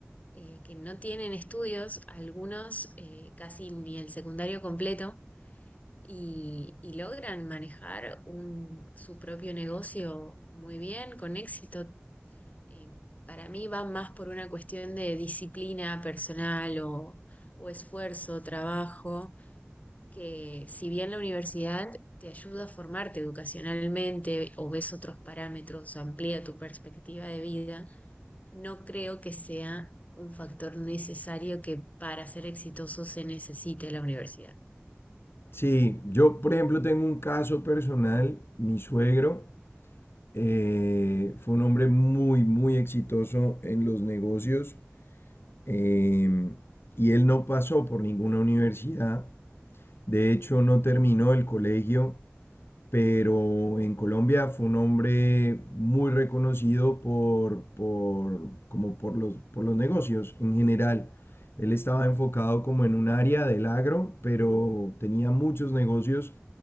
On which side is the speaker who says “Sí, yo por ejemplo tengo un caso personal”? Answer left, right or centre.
Left